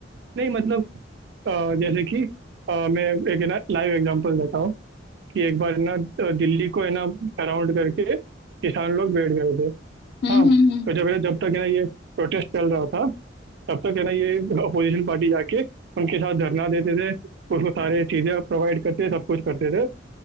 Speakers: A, on the right; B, on the left.
A: नहीं मतलब अ, जैसे कि अ, मैं एक है ना लाइव एग्जांपल देता हूँ कि एक बार ना दिल्ली को है ना सराउंड करके किसान लोग बैठ गए थे
B: हम्म
A: हाँ
B: हम्म
A: तो
B: हम्म
A: जब जब तक है ना ये प्रोटेस्ट चल रहा था तब तक है ना ये अपोजिशन पार्टी जाके उनके साथ धरना देते थे उसको सारे चीजें प्रोवाइड करते थे, सब कुछ करते थे